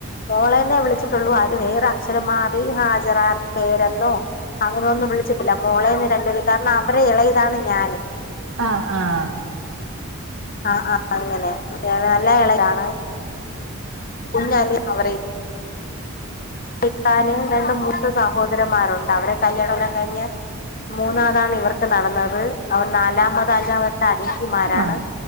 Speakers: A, on the left; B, on the right.
A: മോളെന്നേ വിളിച്ചിട്ടുള്ളൂ ആ വേറെ അക്ഷരം മാറി ഹാജരാ പേരെന്നോ അങ്ങനെയ ഒന്നും വിളിച്ചിട്ടില്ല മോളെന്ന് രണ്ടുപേര് കാരണം അവരെ ഇളയതാണ് ഞാന്
B: ആഹ് ആഹ്
A: ആഹ ആഹ അങ്ങനെ നല്ല ഇളേതാണ് കുഞ്ഞാലി അവരെ കക്കാന് രണ്ട മൂത്ത സഹോദരന്മാരുണ്ട് അവടെ കല്യാണംമല്ലാം കഴിഞ്ഞ് മൂന്നാതാണ് ഇവർക്ക് നടന്നത് അവർ നാലാമത് അഞ്ചാമത്തെ അരീത്തിമാരാണ്
B: ആഹ് ആഹ്